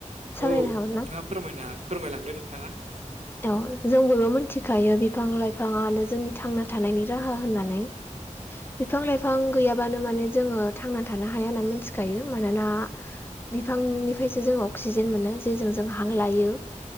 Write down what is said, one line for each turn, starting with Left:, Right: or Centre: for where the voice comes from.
Left: सावरायनो
Right: औ
Left: हागोन
Right: नोंथाङा
Left: ना
Right: फोरमना फोरमायलांदो नोंथाङा।
Left: औ जों बयबो मोनथिखायो बिफां लाइफाङानो जोंनि थांना थानायनि राहा होननानै। बिफां लाइफां गैयाबानो माने जोङो थांना थानो हाया होनना मोनथिखायो मानोना बिफांनिफ्रायसो जों अक्सिजेन मोनो जेजों जों हां लायो